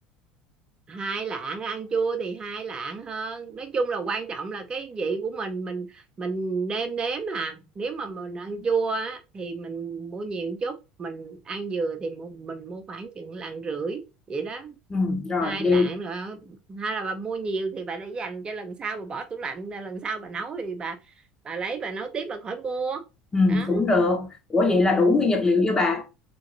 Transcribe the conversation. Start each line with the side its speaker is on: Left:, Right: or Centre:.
Right: hai lạng ăn chua thì hai lạng hơn nói chung là quan trọng là cái vị của mình mình mình nêm nếm à nếu mà mình ăn chua á thì mình mua nhiều một chút mình ăn dừa thì mu- mình mua khoảng chừng lạng rưỡi vậy đó
Left: ừ, rồi
Right: hai
Left: vậy
Right: lạng rồi hay là bà mua nhiều thì bà để dành cho lần sau bà bỏ tủ lạnh lần sau bà nấu thì bà bà lấy bà nấu tiếp bà khỏi mua
Left: ừ,
Right: đó
Left: cũng được ủa vậy là đủ nguyên vật liệu chưa bà